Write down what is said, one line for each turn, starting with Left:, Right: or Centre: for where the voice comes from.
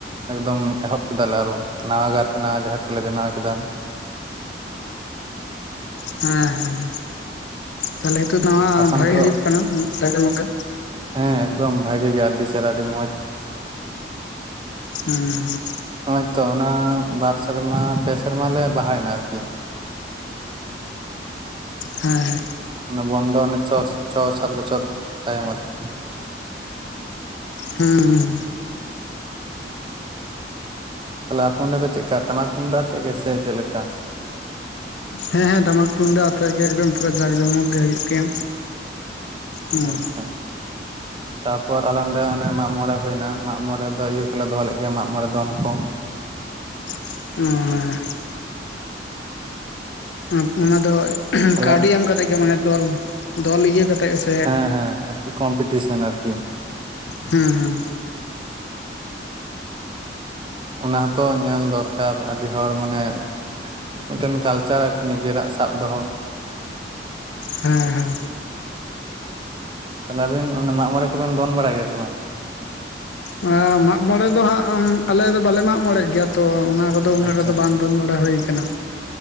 Right: ᱮᱠᱫᱚᱢ ᱮᱦᱚᱵ ᱠᱮᱫᱟᱞᱮ ᱟᱨᱚ ᱱᱟᱣᱟ ᱜᱟᱨᱛᱮ ᱱᱟᱣᱟ ᱡᱟᱦᱮᱨ ᱠᱚᱞᱮ ᱵᱮᱱᱟᱣ ᱠᱮᱫᱼᱟ᱾
Left: ᱦᱮᱸ ᱦᱮᱸ ᱛᱟᱞᱮ ᱱᱤᱛᱚᱜ ᱱᱟ
Right: ᱵᱟᱠᱷᱟᱱ
Left: ᱵᱷᱟᱜᱤ
Right: ᱛᱚ
Left: ᱜᱮ ᱦᱩᱭᱩᱜ ᱠᱟᱱᱟ ᱴᱟᱠᱮ ᱢᱩᱠᱮ᱾
Right: ᱦᱮᱸ ᱮᱠᱫᱚᱢ ᱵᱷᱟᱜᱮ ᱜᱮ ᱟᱹᱰᱤ ᱪᱮᱦᱮᱨᱟ ᱟᱹᱰᱤ ᱢᱚᱸᱡᱽ᱾
Left: ᱦᱮᱸ ᱦᱮᱸ
Right: ᱱᱚᱜᱼᱚᱭ ᱛᱚ ᱚᱱᱟ ᱵᱟᱨ ᱥᱮᱨᱢᱟ, ᱯᱮ ᱥᱮᱨᱢᱟ ᱞᱮ ᱵᱟᱦᱟᱭ ᱮᱱᱟ ᱟᱨ ᱠᱤ
Left: ᱦᱮᱸ ᱦᱮᱸ
Right: ᱢᱟᱱᱮ ᱵᱚᱱᱫᱚ ᱢᱟᱱᱮ ᱪᱷᱚ ᱪᱷᱚ ᱥᱟᱛ ᱵᱚᱪᱷᱚᱨ ᱛᱟᱭᱚᱢ ᱟᱨᱠᱤ
Left: ᱦᱩᱸ ᱦᱩᱸ
Right: ᱛᱟᱦᱚᱞᱮ ᱟᱯᱮ ᱚᱸᱰᱮ ᱫᱚ ᱪᱮᱫ ᱞᱮᱠᱟ ᱴᱟᱢᱟᱠ ᱛᱩᱢᱫᱟᱜ ᱟᱛᱮᱫ ᱜᱮ ᱥᱮ ᱪᱮᱫ ᱞᱮᱠᱟᱼᱼ
Left: ᱦᱮᱸ ᱦᱮᱸ ᱴᱟᱢᱟᱠ ᱛᱩᱢᱫᱟᱜ ᱟᱛᱮᱫ ᱜᱮ ᱮᱠᱫᱚᱢ ᱯᱩᱨ ᱡᱟᱠ ᱡᱚᱢᱚᱠ ᱜᱮ ᱦᱩᱭᱩᱜ ᱜᱮᱭᱟ ᱦᱮᱸ
Right: ᱟᱪᱪᱷᱟ ᱛᱟᱯᱚᱨ ᱟᱞᱮ ᱱᱚᱸᱰᱮ ᱚᱱᱮ ᱢᱟᱜᱽ ᱢᱚᱬᱮ ᱦᱩᱭᱱᱟ ᱢᱟᱜ ᱢᱚᱬᱮ ᱫᱚ ᱤᱭᱟᱹ ᱠᱚᱞᱮ ᱫᱚᱦᱚ ᱞᱮᱫ ᱜᱮᱭᱟ ᱢᱟᱜ ᱢᱚᱬᱮ ᱫᱚᱱ ᱠᱚᱼᱼ
Left: <unintelligible> <unintelligible> ᱚᱱᱟ ᱫᱚ
Right: ᱛᱟᱦᱚᱞᱮ
Left: ᱠᱟᱹᱣᱰᱤ ᱮᱢ ᱠᱟᱛᱮᱫ ᱜᱮ ᱢᱟᱱᱮ ᱫᱚᱞ ᱫᱚᱞ ᱤᱭᱟᱹ ᱠᱟᱛᱮᱜ ᱜᱮᱥᱮᱼᱼ
Right: ᱦᱮᱸ ᱦᱮᱸ ᱟᱨᱠᱤ ᱠᱚᱢᱯᱤᱴᱤᱥᱚᱱ ᱟᱨᱠᱤᱼᱼ
Left: ᱦᱮᱸ ᱦᱮᱸ
Right: ᱚᱱᱟ ᱦᱚᱸᱛᱚ ᱧᱮᱞ ᱫᱚᱨᱠᱟᱨ ᱟᱹᱰᱤ ᱦᱚᱲ ᱢᱟᱱᱮᱼᱼ ᱢᱤᱫᱴᱮᱱ ᱠᱟᱞᱪᱟᱨ ᱟᱨᱠᱤ ᱱᱤᱡᱮᱨᱟᱜ ᱥᱟᱵ ᱫᱚᱦᱚᱼᱼ
Left: ᱦᱮᱸ ᱦᱮᱸ
Right: ᱛᱟᱦᱚᱞᱮ ᱟᱵᱤᱱ ᱚᱱᱟ ᱢᱟᱜ ᱢᱚᱬ ᱠᱚᱵᱮᱱ ᱫᱚᱱ ᱵᱟᱲᱟᱭ ᱜᱮᱭᱟ ᱥᱮ ᱵᱟᱝ
Left: ᱚᱱᱟ ᱢᱟᱜ ᱢᱚᱬᱮ ᱫᱚ ᱦᱟᱸᱜ ᱟᱞᱮ ᱫᱚ ᱵᱟᱞᱮ ᱢᱟᱜ ᱢᱚᱬᱮᱜ ᱜᱮᱭᱟ ᱛᱚ ᱚᱱᱟ ᱠᱚᱫᱚᱼᱼ <unintelligible> ᱩᱱᱟᱹᱜ
Right: ᱟᱪᱪᱷᱟ
Left: ᱨᱮᱫᱚ ᱵᱟᱝ ᱫᱚᱱ ᱵᱟᱲᱟ ᱦᱩᱭ ᱠᱟᱱᱟ